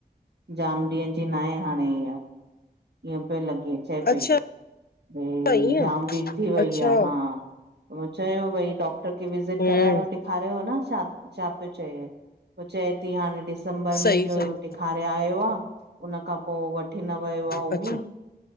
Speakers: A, on the right; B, on the left.
A: जाम ॾींहं जी न आहे हाणे इय। ईअं पियो लॻे, चए पई।
B: अच्छा
A: भई,
B: ईअं
A: जाम वीक थी वई
B: अच्छा
A: आहे। हां, चयो भई, डॉक्टर खे विज़िट
B: हम्म
A: करायो न ॾेखारियो न छा छा पियो चए। पोइ चए थी। हाणे डिसंबर
B: सही
A: में जो
B: सही
A: ॾेखार पर आयो आहे। उ खां पोइ वठी न वियो। ममी,
B: अच्छा